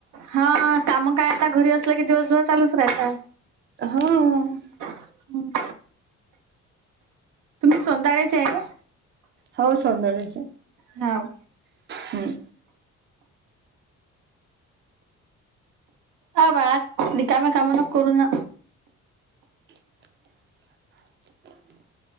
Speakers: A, on the right (about 80°); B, on the right (about 35°).
A: हा काम काय आता घरी असलं की दिवसभर चालूच राहयत
B: हं
A: हम्म तुम्ही सोध्याळे्याचे आहे का
B: हौ सौंदरयचे
A: न्हाव.
B: हम्.
A: अ बाळ रिकाम्या कामा न करू ना.
B: <inaudible>